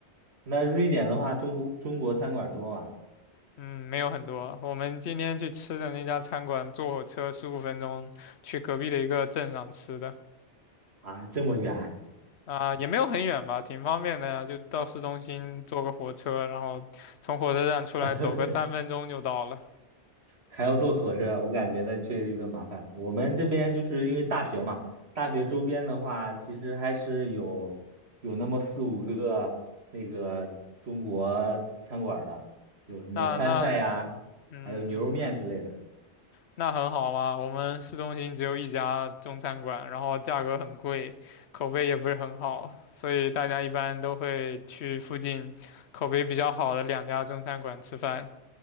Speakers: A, on the right (about 70°); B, on the left (about 75°).
A: 那瑞典的话，中中国餐馆多吗？
B: 嗯，没有很多。我们今天去吃的那家餐馆，坐火车十五分钟去隔壁的一个镇上吃的，
A: 啊，这么远，
B: 啊、也没有很远吧，挺方便的呀，就到市中心坐个火车，然后从火车站出来走个三分钟就到了。
A: <laughs> 还要坐火车，我感觉那确实有点麻烦。我们这边就是因为大学嘛，大学周边的话，其实还是有有那么四五个那个中国餐馆的，有什么川菜呀，
B: 那那，嗯。
A: 还有牛肉面之类的。
B: 那很好啊，我们市中心只有一家中餐馆，然后价格很贵，口碑也不是很好，所以大家一般都会去附近口碑比较好的两家中餐馆吃饭。